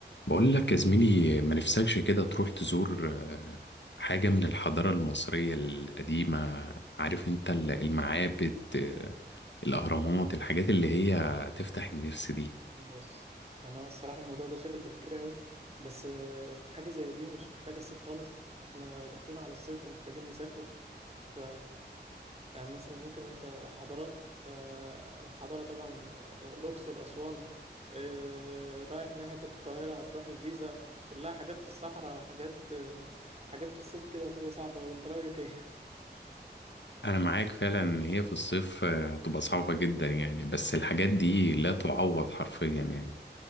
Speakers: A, on the left; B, on the right.
A: بقول لك يا زميلي ما نفسكش كده تروح تزور آه، حاجة من الحضارة المصرية القديمة عارف انت ال- المعابد آه، الأهرامات الحاجات اللي هي تفتح النفس دي
B: بس انا الصراحه الموضوع ده شاغل تفكيري قوي بس آه، في حاجه زي دي مش محتاجه الصيف خالص احنا داخلين على الصيف ومحتاجين نسافر ف يعني مثلا ممكن انت حضارات فالحضاره طبعا آه، الاقصر اسوان آه، رايح ناحيه القاهره هتروح الجيزه كلها حاجات في الصحراء حاجات آه، حاجات في الصيف كده هتبقى صعبه وانت رايك ايه <laughs>
A: أنا معاك فعلا إن هي في الصيف آه، هتبقى صعبة جدا يعني بس الحاجات دي لا تعوض حرفيا يعني